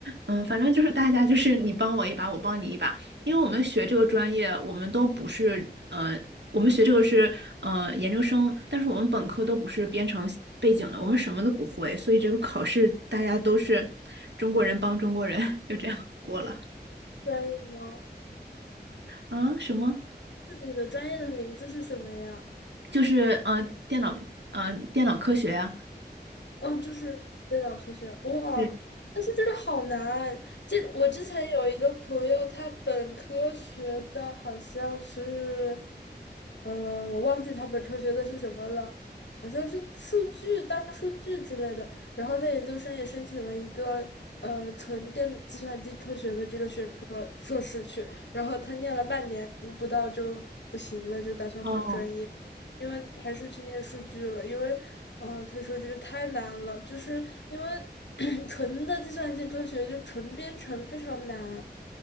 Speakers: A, on the right (about 80°); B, on the left (about 85°).
A: 嗯，反正就是大家就是你帮我一把，我帮你一把，因为我们学这个专业，我们都不是呃，我们学这个是呃研究生，但是我们本科都不是编程背景的，我们什么都不会，所以这个考试大家都是中国人帮中国人，就这样过了。
B: 专业吗？
A: 啊，什么？
B: 是你的专业的名字是什么呀？
A: 就是呃，电脑呃，电脑科学呀、
B: 嗯，就是电脑科学，哇，
A: 对，
B: 但是这个好难。这我之前有一个朋友，他本科学的好像是，呃，我忘记他本科学的是什么了，好像是数据、大数据之类的。然后他研究生也申请了一个呃纯电计算机科学的这个学科硕士去，然后他念了半年不到就不行了，就打算换专业。
A: 哦，
B: 因为还是去念数据了，因为，呃，他说这个太难了，就是因为 <coughs> <clears throat> 纯的计算机科学就纯编程非常难。